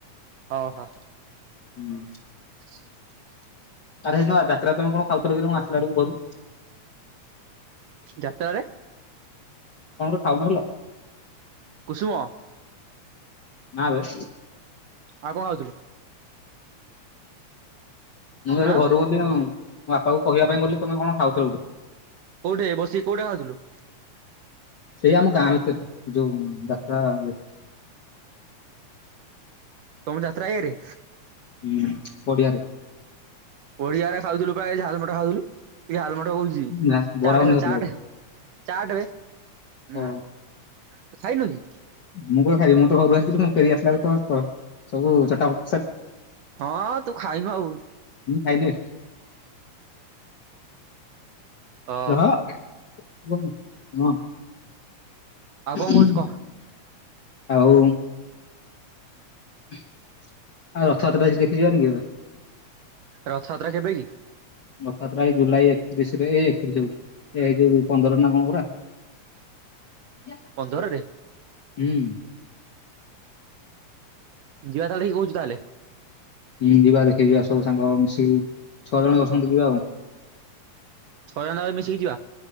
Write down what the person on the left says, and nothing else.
ହୁଁ।
ଆରେ ହେ ଦିନ ଯାତ୍ରାରେ ତମେ କଣ ଖାଉଥିଲ କିରେ ମୁଁ ଆସିଲା ବେଳକୁ ଘରୁ?
କଣ ଗୋଟେ ଖାଉନଥିଲ?
ନା ବେ।
ମୁଁ ଯେତେବେଳେ
ଘରୁ ଗଲି ଆଉ। ମୋ ବାପାକୁ କହିବା ପାଇଁ ଗଲି ତମେ କଣ ଖାଉଥିଲ ଗୋଟେ।
ସେଇ ଆମ ଗାଁ ଭିତରେ ଏ ଯୋଉ ଯାତ୍ରା ଇଏ
ହୁଁ ପଡି଼ଆରେ।
ନା ବରା
ଘୁଗୁନି
ଖାଉଥିଲ
ବୋଧେ
ଓ
ମୁଁ କ ଖାଇଲିି ମୁଁ ତ ଘରୁ ଆସିଥିଲି ମୁଁ ଫେରି ଆସିଲା <unintelligible> ତ ସବୁ ଚଟାପ
ମୁଁ ଖାଇନି ବେ।
ରହ <unintelligible> ହଁ।
<unintelligible>
ଆଉ ଆଉ ରଥଯାତ୍ରା କିଛି ଦେଖି ଯିବାନି କି ଏବେ?
ରଥଯାତ୍ରା ଏଇ ଜୁଲାଇ ଏକତିରିଶରେ ଏଇ ଏକତିରିଶ କ ଏ ଯୋଉ ପନ୍ଦର ନା କଣ ପରା <unintelligible>
ହୁଁ।
ହୁଁ ଯିବା ଦେଖି ଯିବା ସବୁ ସାଙ୍ଗ ମିଶିକି ଛଅ ଜଣ ଅଛନ୍ତି ଯିବା ଆଉ।